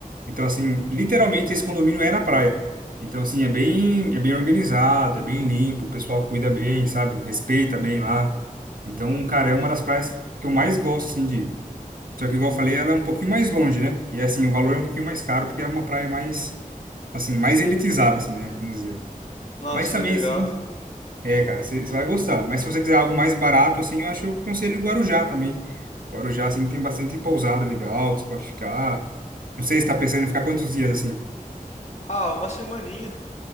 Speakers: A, on the right; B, on the left.
A: Então assim, literalmente esse condomínio é na praia. Então assim, é bem é bem organizado, é bem limpo, o pessoal cuida bem, sabe? Respeita bem lá. Então, cara, é uma das praias que eu mais gosto assim de ir. Só que igual eu falei, ela é um pouquinho mais longe, né? E assim, o valor é um pouquinho mais caro porque é uma praia mais assim, mais elitizada assim, né? Vamos dizer.
B: Nossa,
A: Mas também
B: que legal.
A: assim, é, cara, você vai gostar. Mas se você quiser algo mais barato, assim, eu acho que eu aconselho Guarujá também. Guarujá, assim, tem bastante pousada legal, que você pode ficar. Não sei se tá pensando em ficar quantos dias, assim.
B: Ah, uma semaninha.